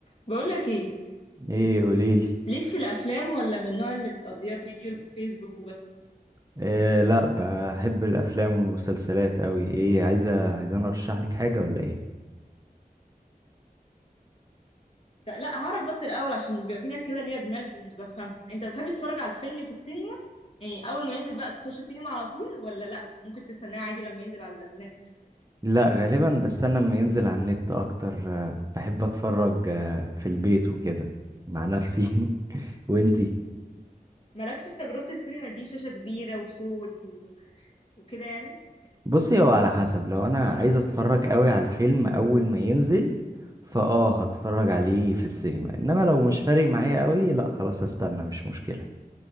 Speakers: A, on the left; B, on the right.
A: بقولك ايه
B: ايه قوليلي
A: ليك في الافلام ولا من النوع اللي بتقضيها فيديوز فيسبوك وبس
B: إيه لا بحب الافلام والمسلسلات قوي ايه عايزه عايزه انا ارشح لك حاجه ولا ايه
A: لا لا هعرف بس الاول عشان بيبقى في ناس كده ليها دماغ مش بفهمها انت بتحب تتفرج على الفيلم في السينما يعني اول ما ينزل بقى تخش السينما على طول ولا لا ممكن تستناه عادي لما ينزل على النت
B: لا غالبا بستنى اما ينزل على النت اكتر آه، بحب اتفرج آه، في البيت وكده مع نفسي <laughs> وانتي
A: مالكش في تجربة السينما دي شاشة كبيرة وصوت و... وكده يعني
B: بصي هو على حسب لو انا عايز اتفرج قوي على الفيلم اول ما ينزل فاه هتفرج عليه في السينما انما لو مش فارق معايا قوي لا خلاص استنى مش مشكله